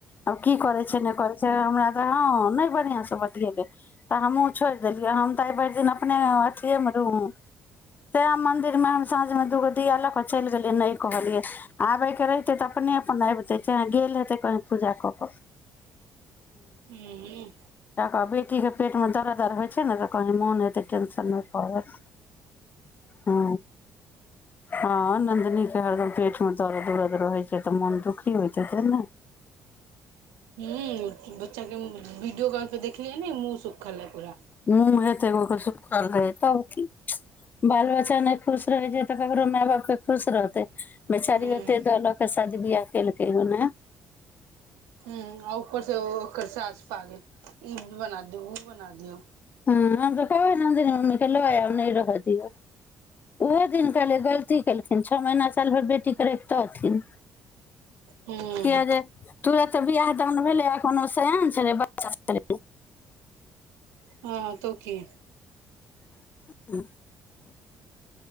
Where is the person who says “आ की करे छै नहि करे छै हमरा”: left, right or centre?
Left